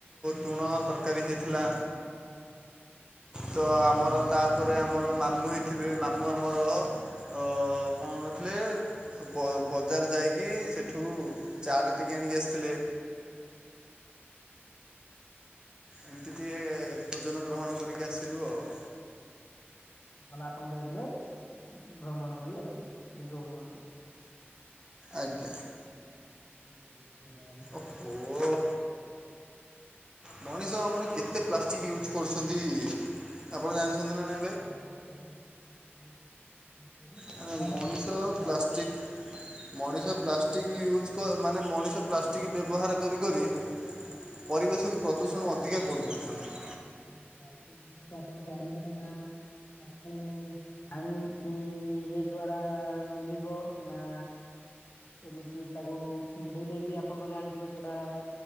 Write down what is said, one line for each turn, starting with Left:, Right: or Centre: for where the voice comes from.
Right: ତୁଣ ତରକାରୀ ହେଇଥିଲା।
Left: ଆଛା
Right: ତ ଆମର ତାପରେ ଆମର ମାମୁଁ ହେଇଥିବେ ମାମୁଁ ଆମର ଅ କଣ ହୋଇଥିଲେ ବ ବଜାର ଯାଇକି ସେଠୁ ଚାଟ ଟିକେ ଆଣିକି ଆସିଥିଲେ। ଏମତି ଟିକେ ଭୋଜନ ଗ୍ରହଣ କରିକି ଆସିଲୁ ଆଉ।
Left: ଭଲା ଆପଣ ଯାଇଥିଲେ, ଭ୍ରମଣ କରି ଆସିଲେ, ଦିଗ ଭ୍ରମଣ କରି।
Right: ଆଜ୍ଞା।
Left: ବହୁ ବହୁତ୍ ବଢିଆ ବହୁତ୍ ବଢିଆ ଭାଇ।
Right: ଓଃ ହୋ। ମଣିଷ ଆମର କେତେ ପ୍ଲାଷ୍ଟିକ୍ ୟୁଜ୍ କରୁଛନ୍ତି। ଆପଣ ଜାଣିଛନ୍ତି ନା ନାଇଁ?
Left: ଆଜ୍ଞା ଭାଇ ଆଜ୍ଞା ଭାଇ ବହୁତ ବହୁତ ବହୁତ
Right: ମାନେ
Left: ବ୍ୟବହାର
Right: ମଣିଷ
Left: କରୁଛନ୍ତି ପ୍ଲାଷ୍ଟିକ।
Right: ପ୍ଲାଷ୍ଟିକ୍ ମଣିଷ ପ୍ଲାଷ୍ଟିକ୍ ୟୁଜ୍ କ ମାନେ ମଣିଷ ପ୍ଲାଷ୍ଟିକ ବ୍ୟବହାର କରି କରି
Left: ଆଚ୍ଛା
Right: ପରିବେଶକୁ ପ୍ରଦୂଷଣ ଅଧିକା କରଦଉଛନ୍ତି।
Left: ମାନେ ବହୁତ୍ ପ୍ଲାଷ୍ଟିକ୍ ଜିନିଷ ତ ଆପଣ ଜାଣିଛନ୍ତି ନା। ତାକୁ ପାଣି ଇଁରେ ଦ୍ଵାରା ମିଳିବ ନା ଏମିତି ତାକୁ ଛିଣ୍ଡେଇଲେ ବି ଆପଣ ତ ଜାଣିଥିବେ ସେଇଟା